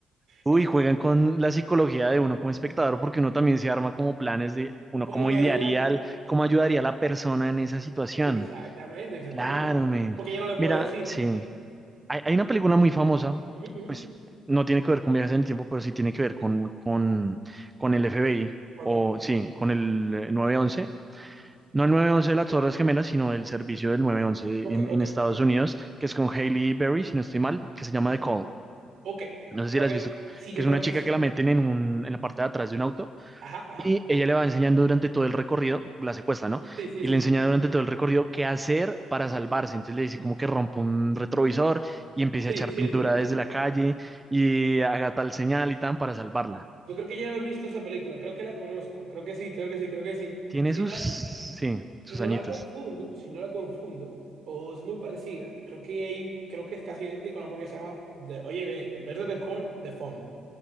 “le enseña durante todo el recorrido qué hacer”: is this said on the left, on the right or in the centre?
Right